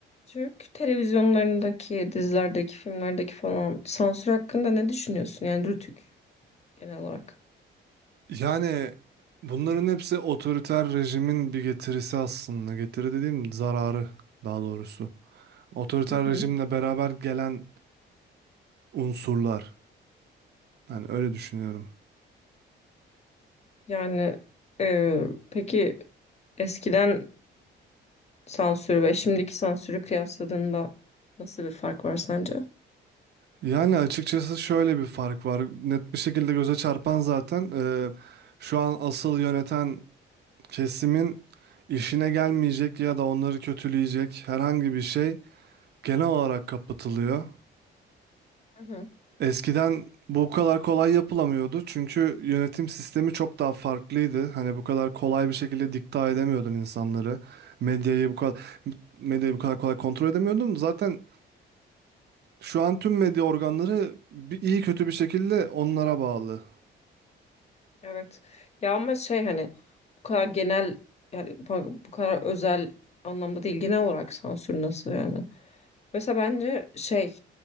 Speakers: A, on the left; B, on the right.
A: Türk televizyonlarındaki, dizilerdeki, filmlerdeki falan sansür hakkında ne düşünüyorsun? Yani Rütük genel olarak.
B: Yani bunların hepsi otoriter rejimin bir getirisi aslında. Getiri dediğim zararı daha doğrusu. Otoriter
A: Hı hı.
B: rejimle beraber gelen unsurlar. Yani öyle düşünüyorum.
A: Yani e, peki eskiden Sansür ve şimdiki sansürü kıyasladığında nasıl bir fark var sence?
B: Yani açıkçası şöyle bir fark var. Net bir şekilde göze çarpan zaten e, şu an asıl yöneten kesimin işine gelmeyecek ya da onları kötüleyecek herhangi bir şey genel olarak kapatılıyor.
A: Hı hı,
B: Eskiden bu kadar kolay yapılamıyordu çünkü yönetim sistemi çok daha farklıydı. Hani bu kadar kolay bir şekilde dikte edemiyordun insanları. Medyayı bu kadar medyayı bu kadar kolay kontrol edemiyordun. Zaten şu an tüm medya organları bir, iyi kötü bir şekilde onlara bağlı.
A: evet. Ya ama şey hani bu kadar genel yani bu bu kadar özel anlamda değil genel olarak sansür nasıl yani? Mesela bence şey